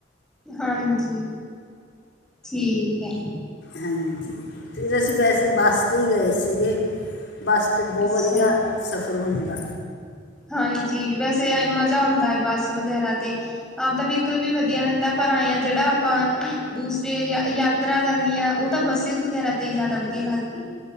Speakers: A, in the centre; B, on the left.
A: ਹਾਂਜੀ, ਠੀਕੈ।
B: ਹਾਂਜੀ, ਫਿਰ ਅਸੀਂ 'ਤੇ ਈ ਗਏ ਸੀਗੇ, ਬੱਸ ਤੇ ਬਓ
A: ਅੱਛਾ
B: ਵਦੀਆ ਸਫਰ ਹੁੰਦੈ।
A: ਹਾਂਜੀ, ਵੈਸੇ ਆਏ ਮਜਾਂ ਆਂਦਾ ਏ ਬੱਸ ਵਗੈਰਾ ਤੇ। ਆਪ ਦਾ ਵੀਕਲ ਵੀ ਵਧੀਆ ਰੈਂਦੇ ਪਰ ਆਏਂ ਆ ਜੇੜਾ ਆਪਾਂ ਦੂਸਰੇ ਏਰੀਆਂ ਯਾ ਯਾਤਰਾ ਕਰਨੀ ਆ, ਓਤਾਂ ਬੱਸਿਸ ਵਗੈਰਾ ਤੇ ਈ ਜਾਦਾ ਵਧੀਆ ਲੱਗਦੀ ਆ।